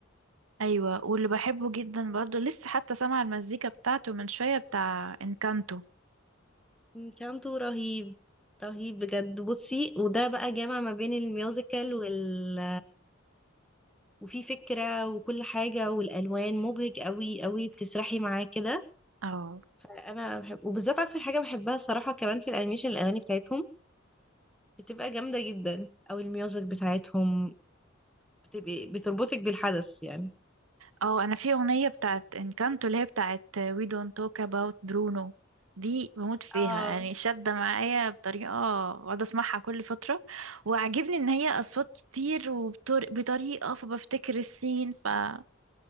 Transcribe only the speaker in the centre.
انكانتو رهيب رهيب بجد بصي وده بقى جامع ما بين الميوزيكال وال وفي فكرة وكل حاجة والألوان مبهج قوي قوي بتسرحي معاه كده
فأنا بحب وبالذات أكتر حاجة بحبها الصراحة كمان في الأنيميشن الأغاني بتاعتهم بتبقى جامدة جدا أو الميوزك بتاعتهم بتبقى بتربطك بالحدث يعني
اه